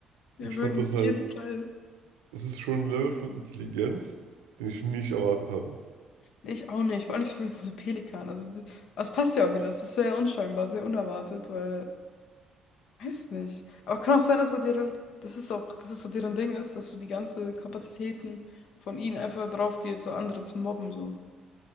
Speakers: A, on the left; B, on the right.
A: wir
B: Und ich
A: wirklich
B: fand das
A: jeden
B: halt,
A: Preis.
B: das ist schon ein Level von Intelligenz, den ich nicht erwartet hatte.
A: Ich auch nicht, vor allem nicht von so Pelikan. Also, das das passt ja auch wieder. Das ist sehr unscheinbar, sehr unerwartet, weil, weiß nicht. Aber kann auch sein, dass so deren, das ist auch, das ist so deren Ding ist, dass so die ganze Kapazitäten von ihnen einfach drauf geht, so andere zu mobben, so.